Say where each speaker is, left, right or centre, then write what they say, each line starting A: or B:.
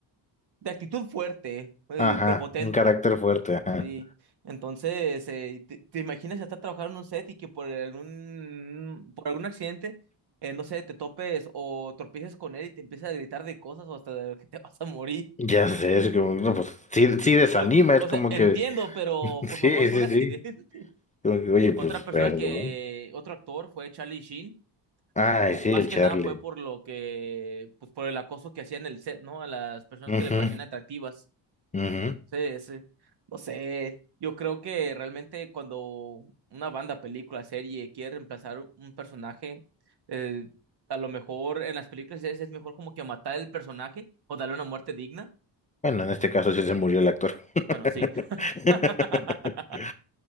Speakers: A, on the right; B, on the left.
A: de actitud fuerte eh,
B: Ajá,
A: y prepotente.
B: un carácter fuerte, ajá.
A: Sí. Entonces, eh, te, te imaginas estar trabajando en un set y que por algún, por algún accidente, eh, no sé, te topes o tropieces con él y te empieza a gritar de cosas o hasta de que te <laughs> vas a morir.
B: Ya sé, es como, no, pues, sí, sí desanima,
A: O,
B: es
A: o
B: como
A: sea, entiendo,
B: que,
A: pero
B: <laughs> sí,
A: por favor, fue
B: sí,
A: un accidente.
B: sí.
A: <laughs>
B: Como que, oye,
A: Otra
B: pues,
A: persona
B: perdón.
A: que, otro actor fue Charlie Sheen.
B: Ay,
A: que
B: sí,
A: más
B: el
A: que
B: Charlie.
A: nada fue por lo que, pues por el acoso que hacía en el set, ¿no? A las personas
B: Ujú,
A: que le parecían atractivas.
B: ujú.
A: Sí, sí. No sé, yo creo que realmente cuando una banda, película, serie quiere reemplazar un personaje, eh, a lo mejor en las películas y series es mejor como que matar el personaje o darle una muerte digna.
B: Bueno, en este caso
A: Eh,
B: sí se murió el actor. <laughs>
A: bueno, sí. <laughs>